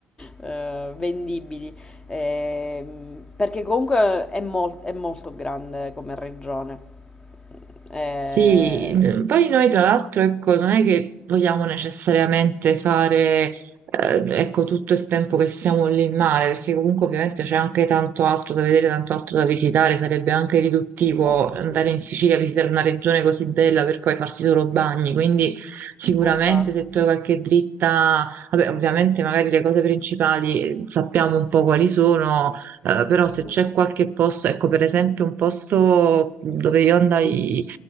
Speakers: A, on the left; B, on the right.
A: eh, vendibili, Ehm, perché comunque è, mol- è molto grande come regione. Eh,
B: Sì, mm, poi noi tra l'altro, ecco, non è che vogliamo necessariamente fare, eh, ecco, tutto il tempo che stiamo lì in mare, perché comunque ovviamente c'è anche tanto altro da vedere, tanto altro da visitare, sarebbe anche riduttivo
A: eh sì,
B: andare in Sicilia a visitare una regione così bella per poi farsi solo bagni, quindi sicuramente
A: esatto.
B: se tu hai qualche dritta, vabbè, ovviamente magari le cose principali eh, sappiamo un po' quali sono. Eh, però se
A: Mh.
B: c'è qualche posto, ecco per esempio un posto dove io andai